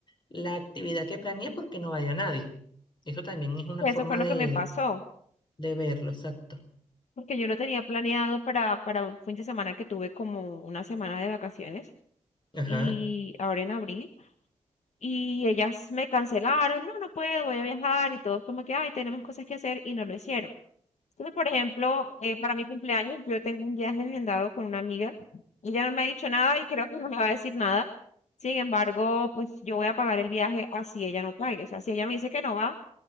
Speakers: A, on the left; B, on the left.
A: la actividad que planeé porque no vaya nadie. Eso también es una
B: Eso
A: forma
B: fue lo
A: de,
B: que me pasó,
A: de verlo, exacto.
B: porque yo lo tenía planeado para, para un fin de semana que tuve como una semana de vacaciones
A: Ajá,
B: y ahora en abril. Y ellas me cancelaron, no, no puedo, voy a viajar y todos como que, ay, tenemos cosas que hacer y no lo hicieron. Entonces, por ejemplo, eh, para mi cumpleaños yo tengo un viaje agendado con una amiga. Ella no me ha dicho nada y creo que no me va a decir nada. Sin embargo, pues yo voy a pagar el viaje así ella no pague. O sea, si ella me dice que no va,